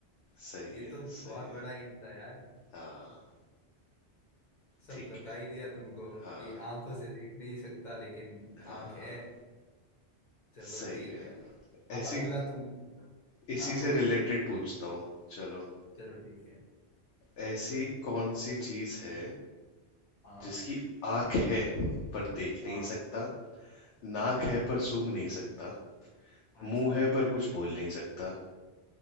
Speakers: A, on the left; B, on the left.
A: सही
B: ये
A: है
B: तो
A: सही
B: बहुत
A: है
B: बड़ा हिंट था यार
A: हाँ
B: सब
A: ठीक
B: बता
A: है
B: ही दिया तुमको
A: हाँ
B: कि आंखों से देख नहीं सकता लेकिन
A: हाँ
B: आंख है चलो
A: सही
B: ठीक
A: है
B: है अब
A: ऐसी
B: अगला तुम पूछो
A: इसी
B: हाँ
A: से
B: बोलो
A: रिलेटेड
B: बोलो
A: पूछता हूँ चलो
B: चलो ठीक है
A: ऐसी कौन सी चीज है
B: हाँ
A: जिसकी आंख है पर देख नहीं
B: हाँ
A: सकता नाक
B: हाँ
A: है पर सूंघ नहीं सकता
B: अच्छा
A: मुंह है पर कुछ बोल नहीं सकता